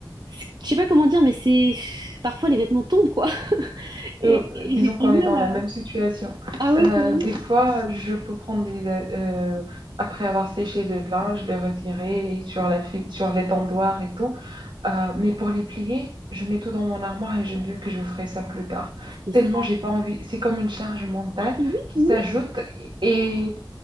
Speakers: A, on the right; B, on the right.
A: c'est- je sais pas comment dire, mais c'est, parfois, les vêtements tombent, quoi. <laughs> Et,
B: Euh,
A: et
B: disons
A: j'ai
B: qu'on
A: du mal
B: est dans
A: à...
B: la même situation.
A: Ah ouais,
B: Euh,
A: c'est...
B: des fois, je peux prendre des... euh, après avoir séché le linge, le retirer sur la, fi- sur l'étendoir et tout, Euh, mais pour les plier, je mets tout dans mon armoire et je me dis que je ferai ça plus tard.
A: C'est
B: Tellement
A: ça.
B: j'ai pas envie. C'est comme une charge mentale
A: Oui,
B: qui
A: oui,
B: s'ajoute et